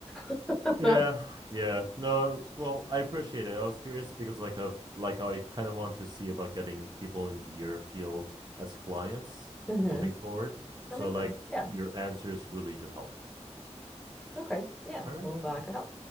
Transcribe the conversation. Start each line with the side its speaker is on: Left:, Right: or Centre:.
Centre: <laughs>
Right: Yeah,
Centre: hmm
Right: yeah. No, it's- well, I appreciate it. I was curious because like of like I kind of want to see about getting people in your field as clients
Centre: That
Right: moving forward. So
Centre: makes
Right: like
Centre: sense. Yeah.
Right: your answers really do help.
Centre: Okay. Yeah.
Right: All right.
Centre: Well, I'm glad I could help.